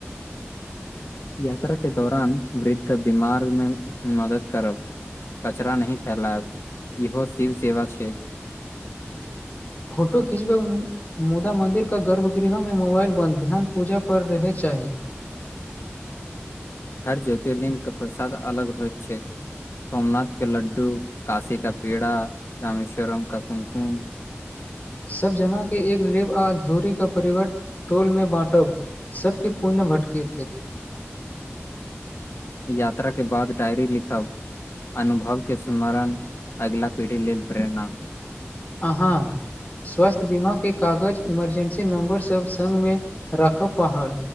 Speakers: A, on the left; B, on the left.
A: यात्रा के दौरान वृद्ध मार्ग मे मदद करब कचरा नही फैलाब इहो शिव सेवा छैय
B: फोटो खीचबैमे मुदा मन्दिरके गर्भगृहमे मोबाइल बन्द ध्यान पूजा पर रहय चाही
A: हर ज्योतिर्लिंग के प्रसाद अलग होइत छै सोमनाथ के लड्डू काशी का पेड़ा रमेश्वरम का कुमकुम
B: सब जमा के एक लेब आधूरी क परिवर टोल मे बाँटब सबके पूर्ण भटके
A: यात्रा के बाद डायरी लिखब अनुभव के स्मरण अगिला पीढ़ी लेल प्रेरणा।
B: अहाँ स्वास्थ्य बीमाके कागज इमरजेंसी नम्बरसभ संगमे राखब पहाड़